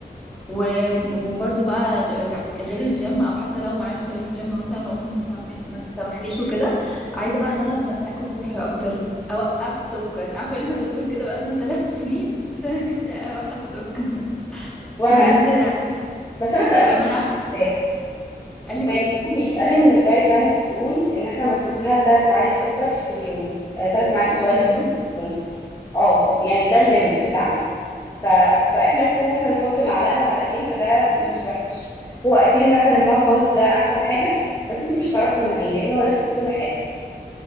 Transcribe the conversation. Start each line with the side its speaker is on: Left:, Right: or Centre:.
Centre: و... وبرضو بقى غ- غير الجيم او حتى لو معرفتش اروح جيم مثلا وقت ما, سمح... ما سمحليش وكده عايزة بقى ان انا ابدأ اكل صحي اكتر اوقف سكر عارفة ان احنا بنقول كده بقالنا ثلاث سنين بس انا نفسي اوقف سكر
Left: وانا
Centre: بجد
Left: بس انا سالته
Centre: ما انا عارفة
Left: ازاي
Centre: قالك
Left: وقال
Centre: ايه
Left: لي ان الجايد لاينز بتقول ان احنا مسموح لنا بثلاث معالق سكر في اليوم ثلاث معالق صغيره
Centre: في اليوم
Left: سكر في اليوم اه يعني ده الليميت بتاعنا ف... فاحنا ابتدينا ان احنا نحط معلقه معلقتين فده مش وحش هو اكيد ان احنا نمنعه خالص ده احسن حاجه بس انت مش هتعرفي تمنعيه لان هو داخل في كل حاجه